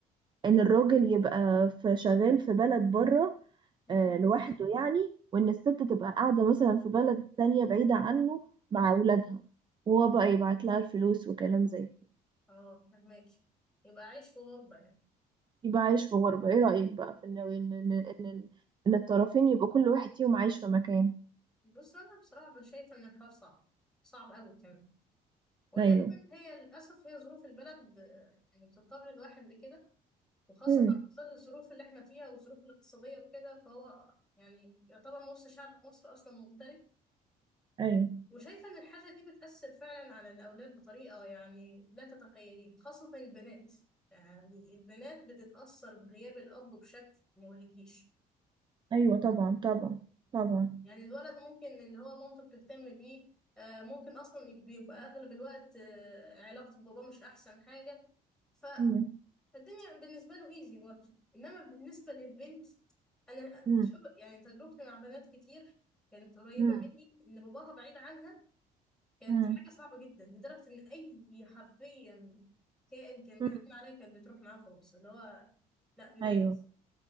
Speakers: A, on the right; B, in the centre.
A: إن الراجل يبقى في شغال في بلد بره
B: امم
A: آه، لوحده يعني وإن الست تبقى قاعدة مثلا في بلد تانية بعيدة عنه مع أولادها وهو بقى يبعت لها الفلوس وكلام زي كده
B: اه فهماك يبقى عايش في غربه يعني
A: يبقى عايش في غربة إيه رأيك بقى في إن إن إن إن, إن الطرفين يبقوا كل واحد فيهم عايش في مكان
B: بص انا بصراحه شايفه ان الحوار صعب صعب قوي كمان ولكن
A: أيوه
B: هي للاسف هي ظروف البلد آه، يعني بتضطر الواحد لكده وخاصه
A: مم.
B: في ظل الظروف اللي احنا فيها والظروف الاقتصاديه وكده فهو يعني يعتبر نص شعب مصر اصلا مغترب
A: أيوه
B: وشايفة إن الحاجة دي بتأثر فعلا على الأولاد بطريقة يعني لا تتخيلين خاصة البنات يعني البنات بتتأثر بغياب الأب بشكل ما أقولكيش
A: أيوه طبعا طبعا طبعا
B: يعني الولد ممكن اللي هو مامته بتهتم بيه آه، ممكن أصلا بيبقى أغلب الوقت آه، علاقته بباباه مش أحسن حاجة ف-
A: مم.
B: فالدنيا بالنسبة له إيزي برضه إنما بالنسبة للبنت أنا
A: مم.
B: شوف يعني تجربتي مع بنات كتير كانت قريبة
A: مم.
B: مني إن باباها بعيد عنها كانت
A: مم.
B: حاجة صعبة جدا لدرجة إن أي حرفيا كائن كان
A: مم.
B: بيحكم عليا كانت بتروح معاه خالص اللي هو لا بجد
A: ايوه